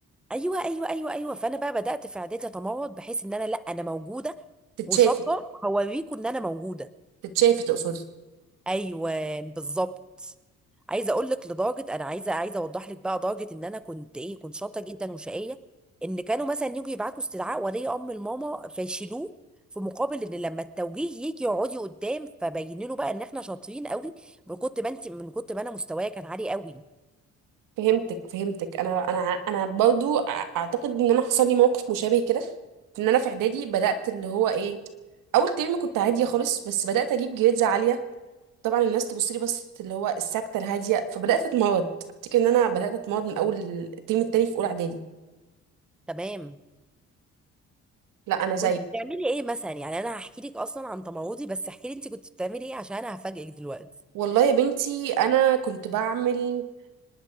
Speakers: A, in the centre; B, on the right.
A: ايوه ايوه ايوه ايوه فانا بقى بدات في اعدادي اتمرد بحيث ان انا لا انا موجوده
B: تتشافي
A: وشاطره هوريكم ان انا موجوده
B: تتشافي تقصدي
A: ايوه بالظبط عايزه اقول لك لدرجه انا عايزه عايزه اوضح لك بقى درجه ان انا كنت ايه كنت شاطره جدا وشقيه ان كانوا مثلا يجوا يبعتوا استدعاء ولي امر الماما فيشيلوه في مقابل ان لما التوجيه يجي يقعدي قدام فبين له بقى ان احنا شاطرين قوي من كنت ما انت من كنت ما انا مستوايا كان عالي قوي
B: فهمتك فهمتك انا انا انا برضو أع- اعتقد ان انا حصل لي موقف مشابه كده في ان انا في اعدادي بدات اللي هو ايه اول ترم كنت عاديه خالص بس بدات اجيب جريدز عاليه طبعا الناس تبص لي بس اللي هو الساكته الهاديه فبدات اتمرض افتكر ان انا بدات اتمرض من اول الترم التاني في اولى اعدادي
A: تمام
B: لا انا زيك
A: كنت بتعملي ايه مثلا يعني انا هحكي لك اصلا عن تمردي بس احكي لي انت كنت بتعملي ايه عشان انا هفاجئك دلوقتي
B: والله يا بنتي انا كنت بعمل